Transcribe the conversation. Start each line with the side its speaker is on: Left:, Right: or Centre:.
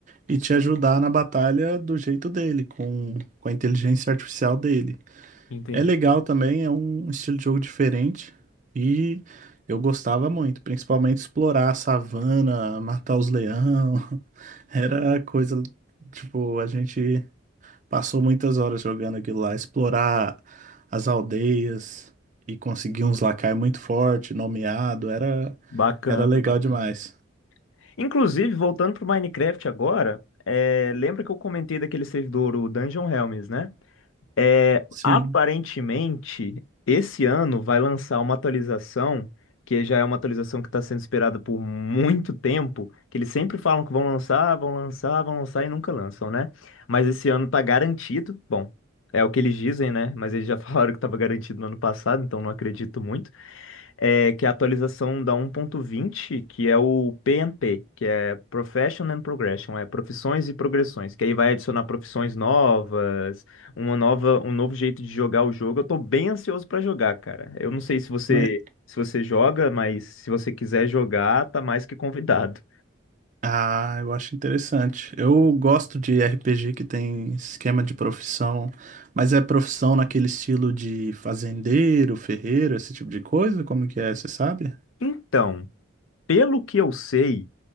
Right: e te ajudar na batalha do jeito dele, com, com a inteligência artificial dele.
Left: Entendi.
Right: É legal também, é um estilo de jogo diferente e eu gostava muito, principalmente explorar a savana, matar os leão, <laughs> era coisa, tipo, a gente Passou muitas horas jogando aquilo lá, explorar as aldeias e conseguir uns lacai muito forte, nomeado, era
Left: Bacana,
Right: era legal
Left: bacana.
Right: demais.
Left: Inclusive, voltando pro Minecraft agora, é, lembra que eu comentei daquele servidor, o Dungeon Realms, né? É,
Right: Sim,
Left: aparentemente, esse ano vai lançar uma atualização, que já é uma atualização que está sendo esperada por muito tempo, que eles sempre falam que vão lançar, vão lançar, vão lançar e nunca lançam, né? Mas esse ano tá garantido, bom, é o que eles dizem, né? Mas eles já <laughs> falaram que estava garantido no ano passado, então não acredito muito é, que é a atualização da 1.20, que é o PNP, que é Profession and Progression, é profissões e progressões, que aí vai adicionar profissões novas, uma nova, um novo jeito de jogar o jogo. Eu tô bem ansioso pra jogar, cara. Eu não sei se você
Right: mas
Left: se você joga, mas se você quiser jogar, tá mais que convidado.
Right: ah, eu acho interessante. Eu gosto de RPG que tem esquema de profissão, mas é profissão naquele estilo de fazendeiro, ferreiro, esse tipo de coisa? Como que é, você sabe?
Left: Então, pelo que eu sei,